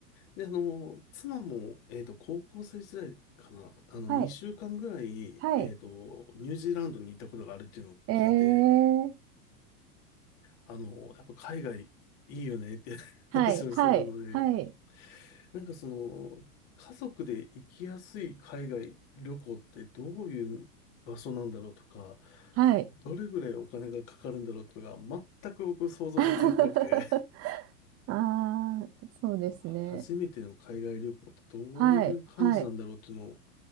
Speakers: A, on the left; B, on the right.
A: で、あの、妻も、えっと、高校生時代かな、あの、
B: はい、
A: 2週間ぐらい、
B: はい。
A: えっと、ニュージーランドに行ったことがあるっていうのを聞いて、
B: ええ
A: あの、やっぱ海外いいよねって <laughs>
B: はい、
A: 話をしてたので、
B: はい、はい、
A: なんかその、家族で行きやすい海外旅行ってどういう場所なんだろうとか、
B: はい。
A: どれぐらいお金がかかるんだろうっていうのが全く僕想像がついてなくて、
B: <laughs> ああ、
A: <laughs>
B: そうですね。
A: まあ初めての海外旅行ってどういう感じなんだろうっていうのを、
B: はい、はい。